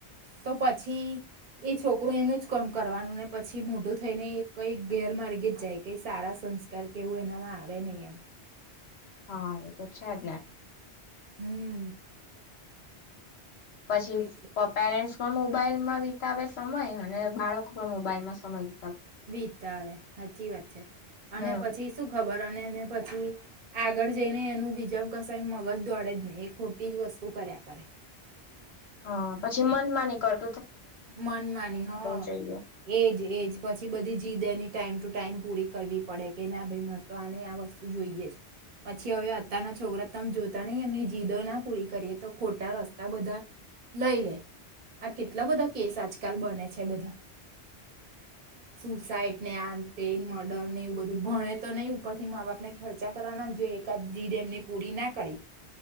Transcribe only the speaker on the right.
તો પછી એ છોકરું એનું જ કામ કરવાનું ને પછી મોટું થઈ ને કઈ ગેરમાર્ગે જ જાય કઈ સારા સંસ્કાર કેવું એનામાં આવે નહ એમ.
હમ.
એટલે
વીતતા આવે સાચી વાત છે
અને પછી શું ખબર અને એને પછી આગળ જઈને એનું બીજા કસ મગજ દોડે જ નહી એ ખોટી જ વસ્તુ કર્યા કરે.
મનમાની હ
એજ એજ પછી બધી જીદ એની ટાઈમ ટુ ટાઈમ પૂરી કરવી પડે કે ના ભાઈ મારે તો આને આ વસ્તુ જોઈએ જ. પછી હવે અત્યારના છોકરા તમે જોતા નહી એમની જીદો ના પૂરી કરીએ તો ખોટા રસ્તા બધા લઈ લે આ કેટલા બધા કેસ આજકાલ બને છે બધા સુસાઈડ ને અંતે મર્ડર ને એવું બધું ભણે તો નહીં ઉપર થી મા બાપ ને ખર્ચા કરવાના જોઈએ. એકાદ જીદ એમની પૂરી ના કરી